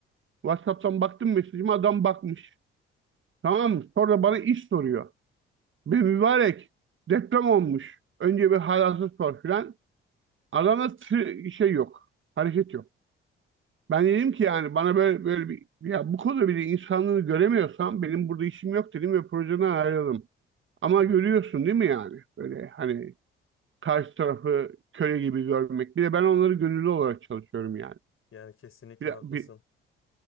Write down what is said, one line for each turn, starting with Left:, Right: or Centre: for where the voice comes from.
Right: WhatsApp'tan baktım mesajıma adam bakmış. Tamam mı? Sonra bana iş soruyor. Be mübarek deprem olmuş. Önce bir halasını sor filan. Adamda tı- şey yok. Hareket yok. Ben dedim ki yani bana böyle böyle bir ya bu konuda bile insanlığını göremiyorsam benim burada işim yok dedim ve projeden ayrıldım. Ama
Left: Hı
Right: görüyorsun
Left: hı.
Right: değil mi yani? Böyle hani karşı tarafı köle gibi görmek. Bir de ben onları gönüllü olarak çalışıyorum yani.
Left: Yani kesinlikle
Right: Bir,
Left: haklısın.
Right: bir